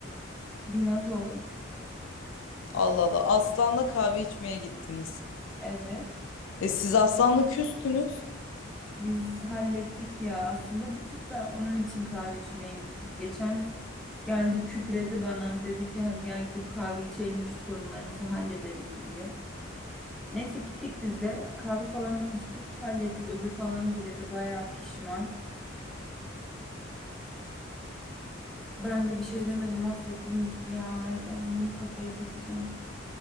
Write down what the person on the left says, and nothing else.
Allah Allah. Aslan'la kahve içmeye gittiniz.
E siz Aslan'la küstünüz.